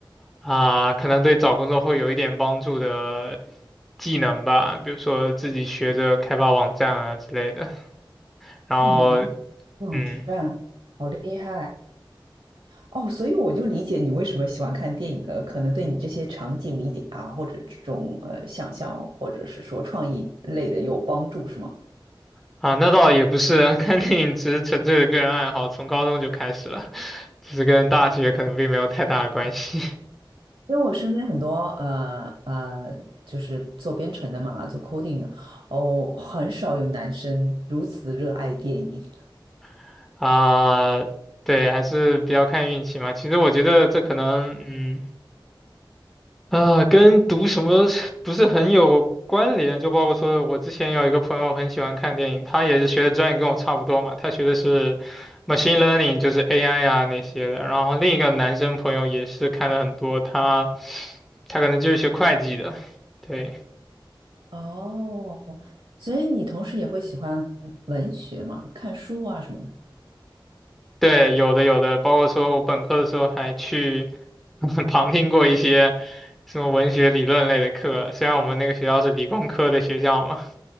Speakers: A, in the centre; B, on the right.
A: 啊，可能对找工作会有一点帮助的技能吧，比如说自己学着开发网站啊之类的，然后
B: 哦，你还会网站，
A: 嗯。
B: 好厉害哦！所以我就理解你为什么喜欢看电影了，可能对你这些场景理解啊，或者这种呃想象，或者是说创意类的有帮助，是吗？
A: 啊，那倒也不是啊，<laughs> 看电影只是纯粹的个人爱好，从高中就开始了，只是跟大学可能并没有太大的关系
B: 因为我身边很多呃呃，就是做编程的嘛，做 coding 的，哦，很少有男生如此热爱电影。
A: <laughs> 啊。对，还是比较看运气嘛。其实我觉得这可能，嗯，啊，跟读什么不是很有关联。就包括说我之前有一个朋友很喜欢看电影，他也是学的专业跟我差不多嘛，他学的是 machine learning，就是 AI 啊那些的。然后另一个男生朋友也是看的很多，他他可能就是学会计的，对。
B: 哦，所以你同时也会喜欢文学嘛，看书啊什么的。
A: 对，有的有的，包括说我本科的时候还去 <laughs> 旁听过一些什么文学理论类的课，虽然我们那个学校是理工科的学校嘛。